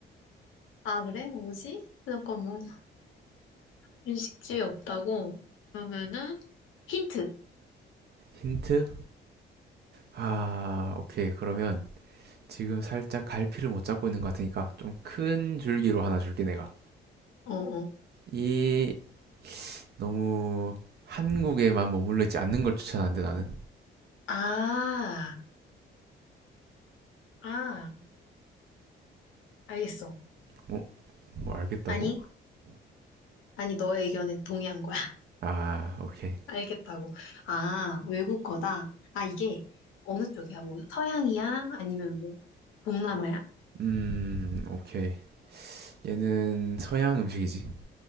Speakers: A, on the left; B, on the right.
A: 아, 그래? 뭐지? 잠깐만. 일식집이 없다고? 그러면은, 힌트.
B: 힌트? 아, 오케이. 그러면 지금 살짝 갈피를 못 잡고 있는 것 같으니까 좀 큰 줄기로 하나 줄게, 내가.
A: 어, 어.
B: 이, 너무 한국에만 머물러 있지 않는 걸 추천하는데, 나는.
A: 아, 아, 알겠어.
B: 뭐, 뭐 알겠다고?
A: 아니, 아니, 너의 의견에 동의한 거야. <laughs>
B: 아, 오케이.
A: 알겠다고. 아, 외국 거다. 아, 이게 어느 쪽이야? 뭐, 서양이야? 아니면 뭐, 동남아야?
B: 음, 오케이. 얘는 서양 음식이지.